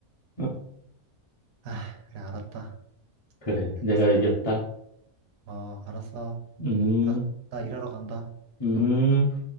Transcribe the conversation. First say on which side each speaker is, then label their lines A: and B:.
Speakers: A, on the left; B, on the right.
A: <laughs>
B: 아, 그래, 알았다.
A: 그래,
B: 알겠어.
A: 내가 이겼다.
B: 어, 알았어.
A: 음,
B: 나, 나 일하러 간다.
A: 음.